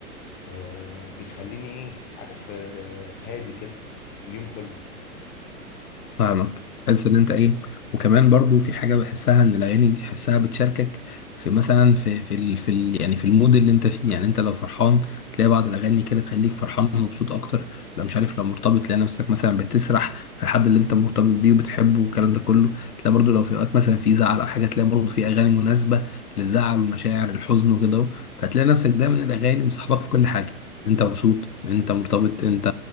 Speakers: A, on the left; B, on the left.
A: آه، بيخليني ايه عارف آه، هادي كده اليوم كله
B: فاهمك تحس ان انت ايه وكمان برضو في حاجه بحسها ان الاغاني دي تحسها بتشاركك في مثلا في في ال في ال يعني في المود اللي انت فيه يعني انت لو فرحان تلاقي بعض الاغاني كده تخليك فرحان ومبسوط اكتر لو مش عارف لو مرتبط تلاقي نفسك مثلا بتسرح في الحد اللي انت مرتبط بيه وبتحبه والكلام ده كله تلاقي برضو لو في اوقات مثلا في زعل او حاجه تلاقي برضو في اغاني مناسبه للزعل والمشاعر الحزن وكده اهو. فتلاقي نفسك دايما الاغاني مصاحبك في كل حاجه انت مبسوط انت مرتبط انت